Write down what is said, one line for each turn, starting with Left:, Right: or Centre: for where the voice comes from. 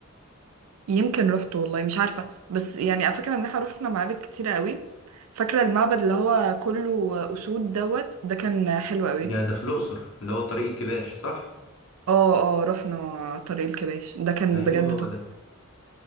Right: يمكن رحت والله مش عارفة بس يعني فاكرة ان احنا رحنا معابد كتيرة قوي فاكرة المعبد اللي هو كله أسود دوت ده كان حلو قوي
Left: ده ده في الاقصر اللي هو طريق الكباش صح
Right: اه اه رحنا طريق الكباش ده كان
Left: ايوه
Right: بجد
Left: هو
Right: تحفة
Left: ده